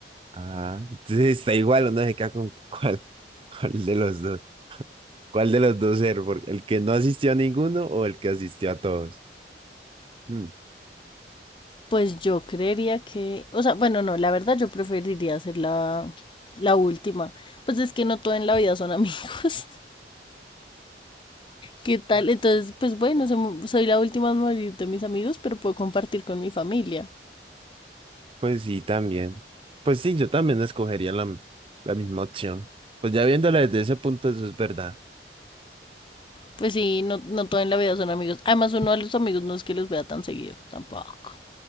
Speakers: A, on the right (about 30°); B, on the left (about 30°).
A: Ah, entonces está igual, uno se queda con <laughs> cuál, cuál de los dos, cuál de los dos ser, porque el que no asistió a ninguno o el que asistió a todos. Mm,
B: Pues yo creería que, o sea, bueno, no, la verdad yo preferiría hacer la, la última. Pues es que no todo en la vida son amigos. <laughs> ¿Qué tal? Entonces, pues bueno, som- soy la última en morir de mis amigos, pero puedo compartir con mi familia.
A: pues sí, también. Pues sí, yo también escogería la, la misma opción. Pues ya viéndolo desde ese punto, eso es verdad.
B: Pues sí, no, no todo en la vida son amigos. Además, uno a los amigos no es que los vea tan seguido, tampoco.